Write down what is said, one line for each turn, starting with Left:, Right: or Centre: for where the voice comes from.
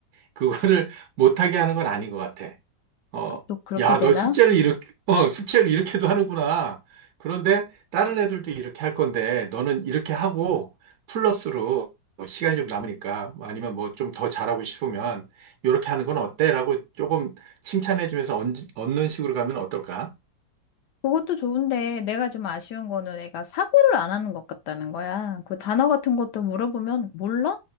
Right: 그거를 <laughs> 못하게 하는 건 아닌 것 같아. 어,
Left: 아, 또 그렇게
Right: 야,
Left: 되나?
Right: 너 숙제를 이렇게, 어, 숙제를 이렇게도 하는구나. 그런데 다른 애들도 이렇게 할 건데, 너는 이렇게 하고, 플러스로 뭐 시간이 좀 남으니까, 아니면 뭐 좀 더 잘하고 싶으면, 이렇게 하는 건 어때? 라고 조금 칭찬해주면서 얹, 는 식으로 가면 어떨까?
Left: 그것도 좋은데 내가 좀 아쉬운 거는 애가 사고를 안 하는 것 같다는 거야. 그 단어 같은 것도 물어보면 몰라.